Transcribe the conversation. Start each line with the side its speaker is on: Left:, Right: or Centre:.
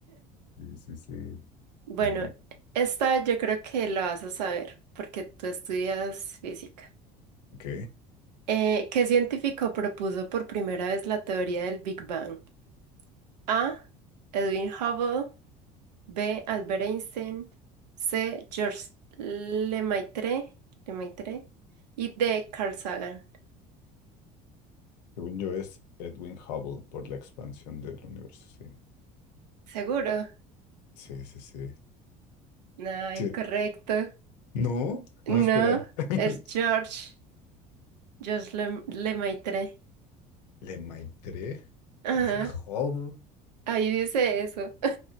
Left: Sí, sí, sí.
Right: Bueno,
Left: Muy bien.
Right: esta yo creo que la vas a saber porque tú estudias física.
Left: Ok.
Right: Eh, ¿qué científico propuso por primera vez la teoría del Big Bang? A. Edwin Hubble. B. Albert Einstein. C. Georges Lemaitre. Lemaitre. Y D. Carl Sagan.
Left: Según yo es Edwin Hubble por la expansión del universo.
Right: ¿Seguro?
Left: Sí. Sí, sí, sí.
Right: No,
Left: Sí.
Right: incorrecto.
Left: No,
Right: No,
Left: no, espera. <laughs>
Right: es George, Georges Le, Lemaitre.
Left: ¿Le Maitré?
Right: Ajá,
Left: No era Hubble.
Right: ahí dice eso.